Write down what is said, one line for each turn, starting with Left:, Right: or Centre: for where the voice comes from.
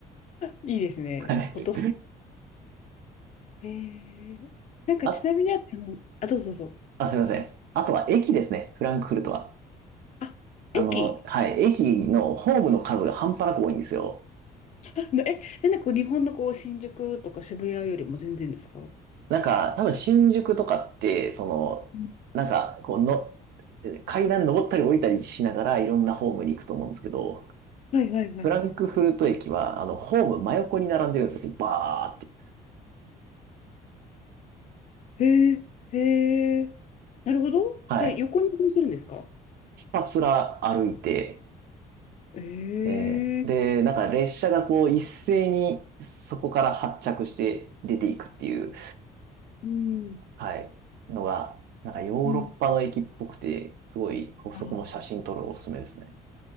Left: いいですね。
Right: はい。
Left: フォト。ええ。なんか、
Right: あ、
Left: ちなみにあの、あ、どうぞどうぞ。
Right: あ、すいません。あとは駅ですね。フランクフルトは。
Left: あ、
Right: あの、
Left: 駅
Right: はい。駅のホームの数が半端なく多いんですよ。
Left: あな <laughs> え、え、なんかこう日本のこう、新宿とか渋谷よりも全然ですか
Right: なんか、多分新宿とかって、その、
Left: うん
Right: なんか、こうの、階段登ったり降りたりしながらいろんなホームに行くと思うんですけど、
Left: はいはいはいはい。
Right: フランクフルト駅は、あの、ホーム真横に並んでるんですよ。バーって。
Left: へえ、へえ。なるほど。
Right: はい。
Left: じゃあ、横に移動するんですか
Right: ひたすら歩いて、
Left: ええ、
Right: えーで、なんか列車がこう一斉にそこから発着して出ていくっていう、
Left: うん、
Right: はい、のが、なんかヨーロッパの駅っぽくて、
Left: うん。
Right: すごい、
Left: ああ、
Right: そこも写真撮るのおすすめですね。